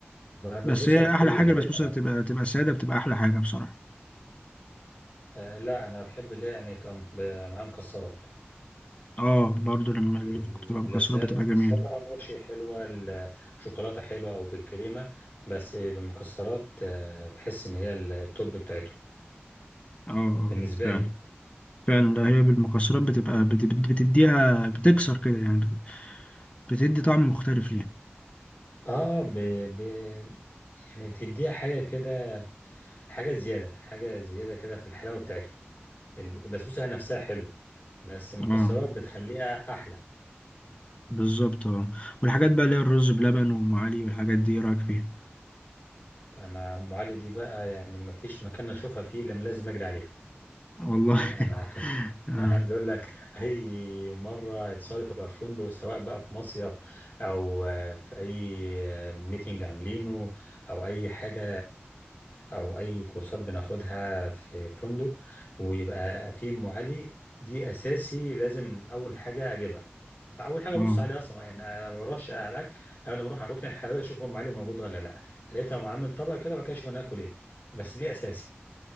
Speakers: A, on the left; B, on the left.
A: بس
B: بسبوسة
A: هي
B: بكل
A: أحلى حاجة
B: حاجاتها
A: البسبوسة
B: بقى
A: بتبقى تبقى سادة بتبقى أحلى حاجة بصراحة
B: آه لا أنا بحب اللي هي يعني تبقى م- معاها مكسرات
A: اه برضو لما اللي
B: آه،
A: بتبقى مكسرات
B: ولا سادة
A: بتبقى جميلة
B: السادة ماشي حلوة ال- بشوكولاتة حلوة أو بالكريمة بس بالمكسرات آه، بحس إن هي التوب بتاعته
A: اه آه،
B: بالنسبة
A: فعلا
B: لي
A: فعلا لا هي بالمكسرات بتبقى بت- بت- بتديها بتكسر كده يعني بت- بتدي طعم مختلف ليها
B: آه ب... ب... يعني بتديها حاجة كده حاجة زيادة حاجة زيادة كده في الحلاوة بتاعتها البسبوسة نفسها حلوة بس المكسرات
A: اه
B: بتخليها أحلى
A: بالظبط اه والحاجات بقى اللي هي الرز بلبن وأم علي والحاجات دي إيه رأيك فيها
B: أنا أم علي دي بقى يعني مفيش مكان أشوفها فيه إلا لما لازم أجري عليها
A: والله
B: أنا
A: <laughs>
B: <laughs>
A: اه
B: عايز أقول لك أي مرة اتصادف أبقى في فندق سواء بقى في مصيف أو آه، في أي ميتنج عاملينه أو أي حاجة أو أي كورسات بناخدها في فندق ويبقى في أم علي دي أساسي لازم أول حاجة أجيبها اول حاجه ابص
A: اه
B: عليه اصلا يعني انا ما بروحش على الاكل قبل ما اروح على ركن الحلويات اشوف ام علي موجود ولا لا لقيتها معامل طبق كده بعد كده اشوف انا اكل ايه بس دي اساسي